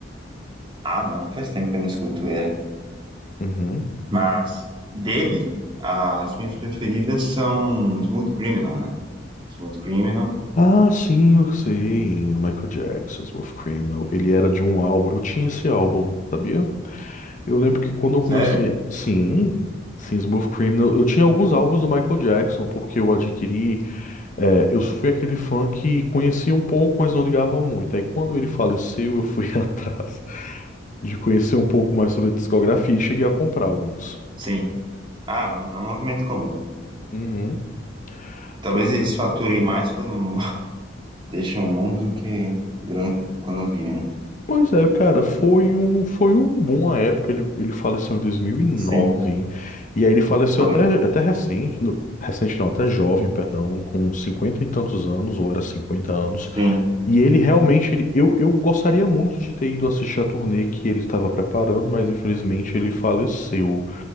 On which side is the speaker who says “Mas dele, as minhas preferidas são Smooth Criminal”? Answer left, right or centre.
Right